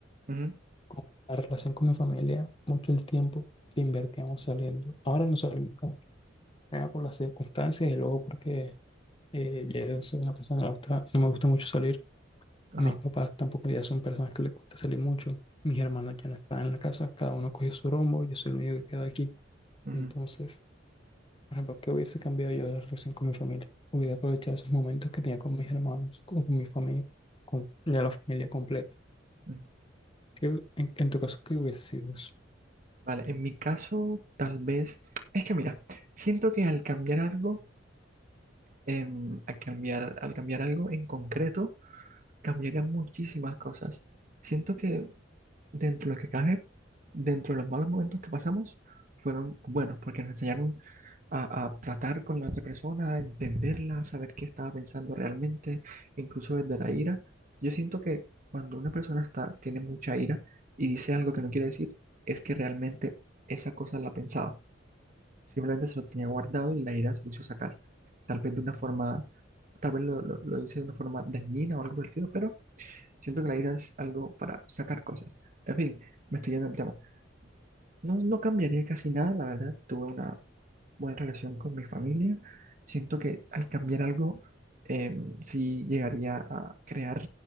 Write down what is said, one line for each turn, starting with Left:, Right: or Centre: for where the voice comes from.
Right: ujú,
Left: con la relación con mi familia, mucho el tiempo que invertíamos saliendo. Ahora no salimos como sea, por las circunstancias y luego porque eh, ya yo soy una persona que no, gusta- no me gusta mucho salir.
Right: ajá,
Left: A mis papás tampoco ya son personas que les gusta salir mucho. Mis hermanos ya no están en la casa, cada uno cogió su rumbo, yo soy el único que queda aquí.
Right: ujú,
Left: Entonces, por ejemplo, ¿qué hubiese cambiado yo de la relación con mi familia? Hubiera aprovechado esos momentos que tenía con mis hermanos, con, con mi familia, con ya la familia completa.
Right: ujú.
Left: ¿Qué- en, en tu caso, qué hubiese sido eso?
Right: Vale, en mi caso, tal vez, es que mira, siento que al cambiar algo, em, al cambiar, al cambiar algo en concreto, cambiarían muchísimas cosas. Siento que Dentro de lo que cabe, dentro de los malos momentos que pasamos, fueron buenos porque nos enseñaron a, a tratar con la otra persona, a entenderla, a saber qué estaba pensando realmente, incluso desde la ira. Yo siento que cuando una persona está, tiene mucha ira y dice algo que no quiere decir, es que realmente esa cosa la pensaba. Simplemente se lo tenía guardado y la ira se lo hizo sacar. Tal vez de una forma, tal vez lo, lo, lo hice de una forma dañina o algo parecido, pero Siento que la ira es algo para sacar cosas. En fin, me estoy yendo del tema. No, no cambiaría casi nada, la verdad. Tuve una buena relación con mi familia. Siento que al cambiar algo, eh, sí llegaría a crear